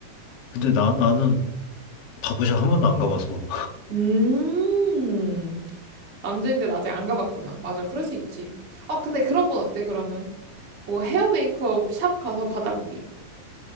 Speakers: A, on the left; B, on the right.
A: 근데 나, 나는 바보샵 한 번도 안 가봐서.
B: 음, 남자인데 나 아직 안 가봤구나. 맞아, 그럴 수 있지. 어, 근데 그런 건 어때, 그러면? 뭐 헤어 메이크업 샵 가서 받아보기.